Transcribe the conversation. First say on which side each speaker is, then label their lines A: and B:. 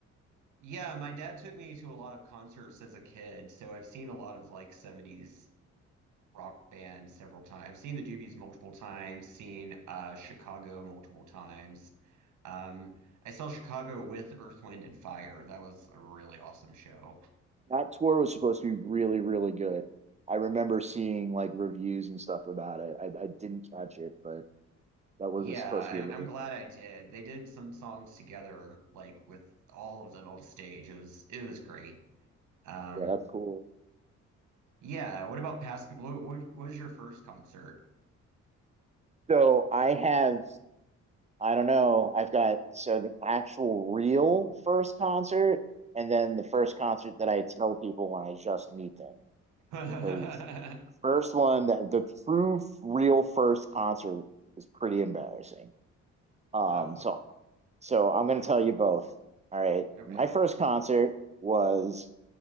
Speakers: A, on the right; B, on the right.
A: Yeah, my dad took me to a lot of concerts as a kid, so I've seen a lot of like 70s rock bands several times. I've seen the Doobies multiple times, seen uh Chicago multiple times. Um I saw Chicago with Earth, Wind and Fire. That was a really awesome show.
B: That tour was supposed to be really, really good. I remember seeing like reviews and stuff about it. I, I didn't catch it, but that was
A: Yeah,
B: supposed
A: I'm,
B: to be a really.
A: I'm glad I did. They did some songs together, like with all of them on stage. It was it was great. Um,
B: Yeah, that's cool.
A: yeah. What about past? What, what, what was your first concert?
B: So I have I don't know. I've got so the actual real first concert, and then the first concert that I tell people when I just meet them.
A: <laughs>
B: Because the first one, that the true real first concert was pretty embarrassing. Um,
A: Oh,
B: so so I'm gonna tell you both. All right.
A: okay.
B: My first concert was